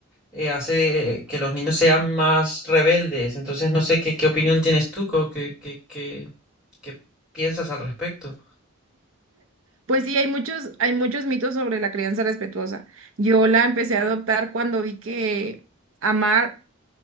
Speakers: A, in the centre; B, on the right.
A: eh, hace eh, que los niños sean más rebeldes. Entonces, no sé qué, qué opinión tienes tú, co- qué, qué, qué, qué piensas al respecto.
B: Pues sí, hay muchos, hay muchos mitos sobre la crianza respetuosa. Yo la empecé a adoptar cuando vi que amar